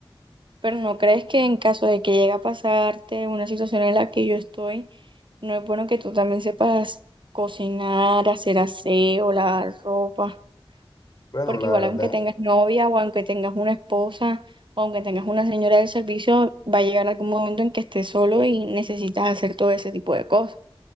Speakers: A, on the right (about 60°); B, on the left (about 45°).
A: Pero ¿no crees que en caso de que llegue a pasarte una situación en la que yo estoy, no es bueno que tú también sepas cocinar, hacer aseo, lavar ropa?
B: Bueno,
A: Porque
B: la
A: igual
B: verdad.
A: aunque tengas novia o aunque tengas una esposa o aunque tengas una señora del servicio, va a llegar algún momento en que estés solo y necesitas hacer todo ese tipo de cosas.